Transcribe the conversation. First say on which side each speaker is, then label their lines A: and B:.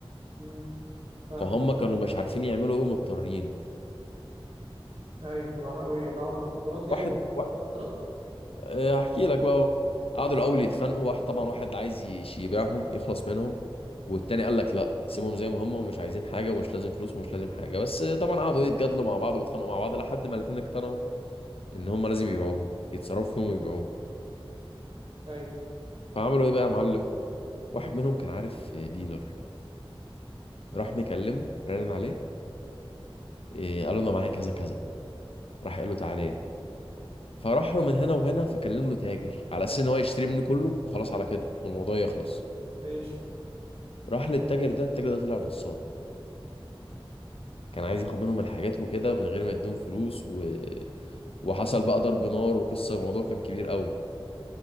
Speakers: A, on the right (about 80°); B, on the left (about 75°).
A: امم فاهم
B: فهم كانوا مش عارفين يعملوا ايه مضطرين
A: ايوه طب عملوا ايه باعوا المخدرات يعني
B: واحد
A: باعوا
B: واحد
A: المخدرات
B: آه، هحكي لك بقى أهو. قعدوا الاول يتخانقوا واحد طبعا واحد عايز يش- يبيعهم يخلص منهم والتاني قال لك لا سيبهم زي ما هم ومش عايزين حاجه ومش لازم فلوس ومش لازم حاجه بس آه، طبعا قعدوا إيه، يتجادلوا مع بعض ويتخانقوا مع بعض لحد ما الاتنين اقتنعوا ان هم لازم يبيعوهم يتصرفوا فيهم ويبيعوهم
A: ايوه
B: فعملوا ايه بقى يا معلم واحد منهم كان عارف ديلر راح مكلمه رن عليه إيه قال له انا معايا كذا كذا راح قال له تعالى لي فراح له من هنا وهنا فكلم له تاجر على اساس ان هو يشتري منه كله وخلاص على كده والموضوع يخلص
A: ماشي
B: راح للتاجر ده التاجر ده طلع نصاب كان عايز ياخد منهم الحاجات وكده من غير ما يديهم فلوس و... وحصل بقى ضرب نار وقصه الموضوع كان كبير قوي